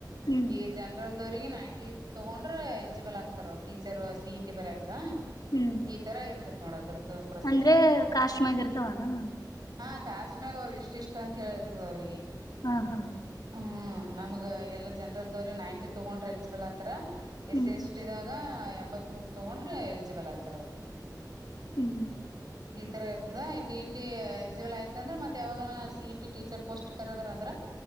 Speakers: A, on the left; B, on the right.
A: ಹ್ಮ್
B: ಈ ಜನರಲ್ ದವ್ರಿಗೆ ನೈನ್ಟಿ ತಗೊಂಡ್ರ ಎಲಿಜಿಬಲ್ ಆಗ್ತಾರ ಅವರು ಟೀಚರ್ ಸೀಟ್ ಬರಯಕ
A: ಹ್ಮ್
B: ಈ ತರ ಇರ್ತಿತ್ ನೋಡ ಅದ್ರದ್ದು ಪ್ರೊಸೆಸ್
A: ಅಂದ್ರೆ ಕಾಶ್ಮಗ ಇರ್ತವನು
B: ಹಾ ಕಾಸ್್ಮ್ಯಾಗ ಅವ್ರರು ಇಷ್ಟ ಇಷ್ಟ ಅಂತ ಹೇಳಿರ್ತದ ಅವ್ರಿಗೆ
A: ಹಾ ಹಾ
B: ಹ್ಮ್ ನಮಗ ಎಲ್ಲಾ ಜನ್ರಲ್ದವ್ರಿ ನೈಂಟಿ ತಗೊಂಡ್ರ ಎಲಿಜಿಬಲ್ ಆತರ
A: ಹ್ಮ್
B: ಎಸ ಎಷ್ಟಿದಾಗ ಎಂಬತ್ ಮೂರ್ ತಗೊಂಡ್ರಿ ಎಲಿಜಿಬಲ್ ಆಗ್ತಾರ ಅವರು
A: ಹ್ಮ್
B: ಈ ತರ ಇರ್ತದ ಟಿ ಇ ಟಿ ಎಲಿಜಿಬಲ್ ಆಯತ ಅಂದ್ರೆ ಮತ್ತತ್ ಯಾವಾಗ ಸಿ ಇಟಿ ಟೀಚರ್ ಪೋಸ್ಟ್ ಕರದರ್ ಅಂದ್ರ